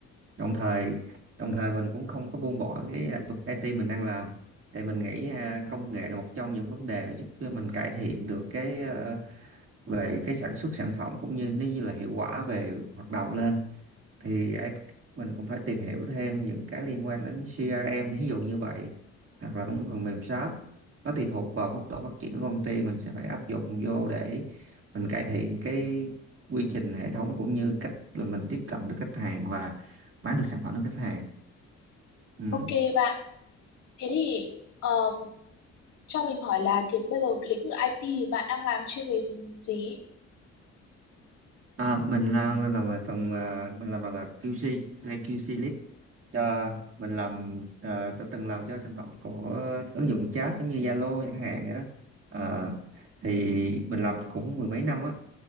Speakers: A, on the right (about 45°); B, on the left (about 75°).
A: Đồng thời đồng thời mình cũng không có buông bỏ cái lĩnh vực IT mình đang làm. Tại mình nghĩ à, công nghệ là một trong những vấn đề giúp cho mình cải thiện được cái ờ, về cái sản xuất sản phẩm cũng như nếu như là hiệu quả về hoạt động lên thì ai- mình cũng phải tìm hiểu thêm những cái liên quan đến CRM ví dụ như vậy hoặc là những phần mềm shop nó tùy thuộc vào mức độ phát triển của công ty mình sẽ phải áp dụng vô để mình cải thiện cái quy trình hệ thống cũng như cách là mình tiếp cận được khách hàng và bán được sản phẩm đến khách hàng ừ.
B: Ok bạn, thế thì um, cho mình hỏi là thì bây giờ lĩnh vực IT thì bạn đang làm chuyên về phần gì?
A: À, mình làm mình làm ở phần à, mình làm bằng QC hay QC lead cho mình làm à, tôi từng làm cho sản phẩm của ứng dụng chat giống như Zalo chẳng hạn vậy đó à, thì mình làm cũng mười mấy năm á